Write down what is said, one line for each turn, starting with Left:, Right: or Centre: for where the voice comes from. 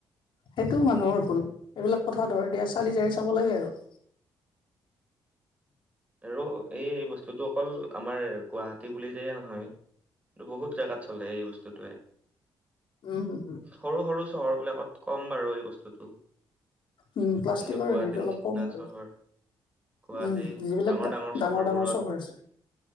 Left: সেইটো মানুহৰ ভুল, এইবিলাক কথা ধৰ এতিয়া চালি জাৰি চাব লাগে আৰু। <inaudible>
Right: আৰু এই বস্তুটো অকল আমাৰ গুৱাহাটীৰ বুলিয়েই নহয় এটো বহুত জেগাত চলে, এই বস্তুটোৱে।
Left: উম, উম,
Right: সৰু সৰু চহৰ বিলাকত কম বাৰু এই বস্তুটুটো।
Left: উম প্লাষ্টিকৰ
Right: কিন্তু গুৱাহাটীৰ
Left: হেৰিটো অলপ
Right: নিচিনা
Left: কম বাৰু
Right: চহৰ, গুৱাহাটীৰ
Left: উম যিবিলাক
Right: ডাঙৰ ডাঙৰ চহৰবোৰত
Left: ডাঙৰ চহৰ আছে